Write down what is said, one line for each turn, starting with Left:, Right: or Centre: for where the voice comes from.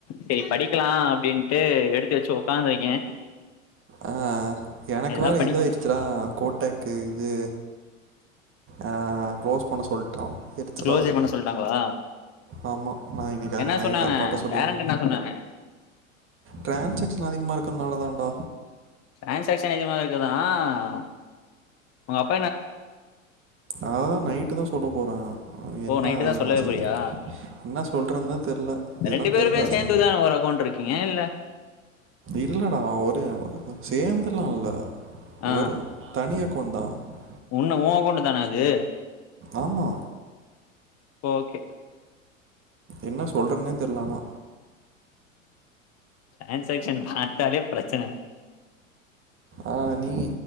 Left: சரி படிக்கலா அப்டின்ட்டு எடுத்து வச்சு உக்காந்துருக்கே
Right: ஆ எனக்கு
Left: ஏதா
Right: வேற
Left: படி
Right: இதாயிடுச்சுடா கோட்டாக்கு இது அ க்ளோஸ் பண்ண சொல்டோ எறிச்சலாவுது
Left: க்ளோஸே பண்ண சொல்ட்டாங்களா
Right: ஆமா நான் இன்னக்கு
Left: என்ன
Right: நைட்
Left: சொன்னாங்க
Right: அப்பாட்ட சொல்லிறனு
Left: பேரண்ட் என்ன சொன்னாங்க
Right: ட்ரான்ஸா <unintelligible> அதிகமாயிருக்குரனால தாண்டா
Left: டிரான்ஸாக்ஷன் அதிகமா இருக்குதான் வுங்க அப்
Right: அதான் நைட்டு தான் சொல்ல போறே
Left: ஓ
Right: என்ன
Left: நைட்டு தா சொல்லவே
Right: அசிங்கமாயிருக்கு
Left: போறியா
Right: என்ன சொல்றதுதா தெரில இதெல்லாம்
Left: ரெண்டு பேருமே
Right: தெரிஞ்ச அசிங்க
Left: சேந்துதா ஒரு அக்கௌண்ட் இருக்கீங்க இல்ல
Right: இல்லடா ஓரே சேர்ந்துலா இல்ல
Left: ஆ
Right: ஒரு தனிய அக் கொந்தா <unintelligible>
Left: உன்னு ஓ அக்கொண்டு தானா அது
Right: ஆமா
Left: ஓகே
Right: என்ன சொல்றதுனே தெர்ல ஆனா
Left: டிரான்சாக்க்ஷன பாத்தாலே பிரச்சனை
Right: ஆ நீ